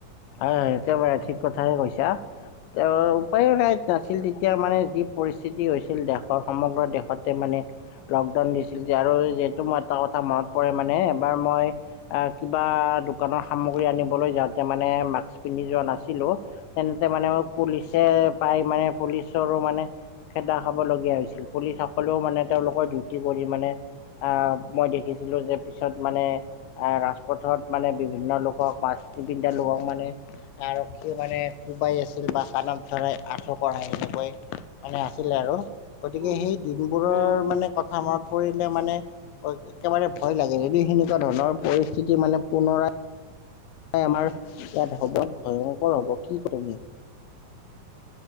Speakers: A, on the left; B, on the right.
A: হয় একবাৰে ঠিক কথাই কৈছা। তেওঁ উপায়ো নাই নাছিল তেতিয়া মানে যি পৰিস্থিতি হৈছিল দেশৰ সমগ্ৰ দেশতে মানে লকডাউন দিছিল আৰু যিহেতু মোৰ এটা কথা মনত পৰে মানে এবাৰ মই আহ কিবা দোকানৰ সামগ্ৰী আনিবলৈ যাওঁতে মানে মাক্স পিন্ধি যোৱা নাছিলোঁ। তেনেকে মানে পুলিচে পাই মানে পুলিচৰো মানে খেদা খাবলগীয়া হৈছিল পুলিচসকলেও মানে তেওঁলোকৰ ডিউটি কৰি মানে আহ মই দেখিছিলো যে পিছত মানে আহ ৰাজপথত মানে বিভিন্ন লোকক বা নিপিন্ধা লোকক মানে আৰক্ষীয়ে মানে কোবাই আছিল বা কাণত ধৰাই আঁঠু কঢ়াই এনেকৈ মানে আছিলে আৰু গতিকে
B: উম,
A: সেই দিনবোৰৰ
B: উম, উম।
A: মানে কথা মন পৰিলে মানে একেবাৰে ভয় লাগে যদি সেনেকুৱা ধৰণৰ পৰিস্থিতি মানে পুনৰাই আমাৰ ইয়াত হব ভয়ংকৰ হ'ব কি ক তুমি